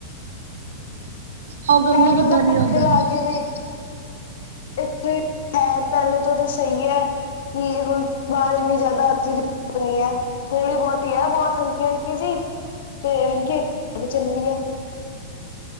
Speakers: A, on the right (about 65°); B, on the left (about 60°).
A: ਆਓ ਗਰਮੀ
B: ਖੈਰ ਬੰਦਾ
A: ਕਿੱਦਾਂ ਦੀ
B: ਪੱਖੇ
A: ਹੈ ਉੱਧਰ
B: ਲਾ ਕੇ ਵੀ ਇੱਥੇ। ਹੈ ਪਹਿਲੇ ਤੋਂ ਤਾਂ ਸਹੀ ਹੈ ਕਿ ਹੁਣ ਬਾਹਰ ਇੰਨੀ ਜ਼ਿਆਦਾ <unintelligible> ਨਹੀਂ ਐ। ਥੋੜ੍ਹੀ ਬਹੁਤੀ ਐ ਬਹੁਤ ਹਲਕੀ ਹਲਕੀ ਜੀ ਤੇ ਹਲਕੀ ਚੱਲ ਹਵਾ ਵੀ ਚਲੀ ਐ